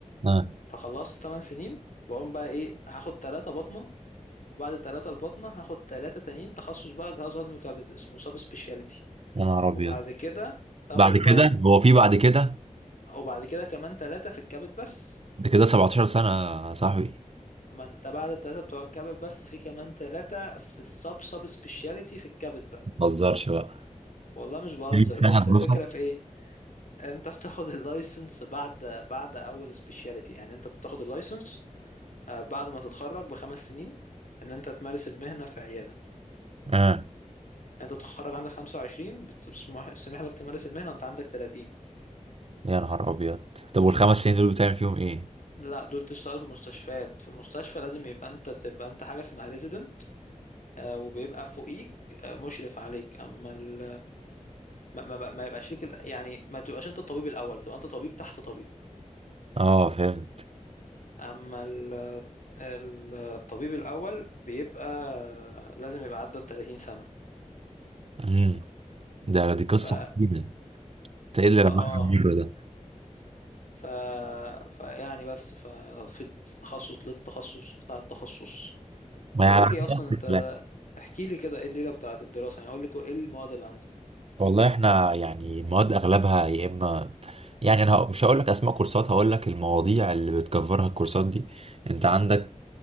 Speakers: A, on the right; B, on the left.
A: آه.
B: فخلصت 8 سنين بقوم بقى ايه هاخد 3 وبعد التلاتة الباطنة هاخد تلاتة تانيين تخصص بقى جهاز هضمي وكبد اسمه سب سبيشاليتي
A: يا نهار ابيض
B: وبعد كده تاخد
A: بعد كده
B: بقى
A: هو في بعد كده
B: وبعد كده كمان تلاتة في الكبد بس
A: ده كده 17 سنه يا صاحبي
B: ما انت بعد التلاتة بتوع الكبد بس في كمان تلاتة في السب سب سبيشاليتي في الكبد بقى
A: ما تهزرش بقى
B: والله مش بهزر
A: <laughs> سنه
B: بس
A: دراسه
B: الفكرة في ايه انت بتاخد <laughs> اللايسنس بعد بعد اول سبيشاليتي يعني انت بتاخد اللايسنس آه، بعد ما تتخرج بخمس سنين ان انت تمارس المهنة في عيادة
A: اه
B: يعني انت بتتخرج عندك 25 بتسمح بتسمح لك تمارس المهنة وانت عندك 30
A: يا نهار ابيض طب والخمس سنين دول بتعمل فيهم ايه
B: لا دول تشتغل في مستشفيات في المستشفى لازم يبقى انت تبقى انت حاجه اسمها ريزيدنت وبيبقى فوقيك آه، مشرف عليك اما ال... ما, ما, بقى- ما يبقاش ليك ال- يعني ما تبقاش انت الطبيب الاول بتبقى انت طبيب تحت طبيب
A: اه فهمت
B: اما ال... ال- الطبيب الاول بيبقى لازم يبقى عدى ال 30 سنه
A: امم ده دي قصه
B: ف
A: حزينه انت ايه اللي
B: فا
A: رماك
B: اه
A: على المره
B: ف فيعني بس ف في تخصص للتخصص بتاع التخصص
A: ما يعني
B: وقول
A: عندنا
B: لي اصلا
A: نفس
B: انت
A: الكلام
B: احكي لي كده ايه الليله بتاعت الدراسه يعني قول لي كو- ايه المواد اللي عندك
A: والله احنا يعني المواد اغلبها يا اما يعني انا هق- مش هقول لك اسماء كورسات هقول لك المواضيع اللي بتكفرها الكورسات دي انت عندك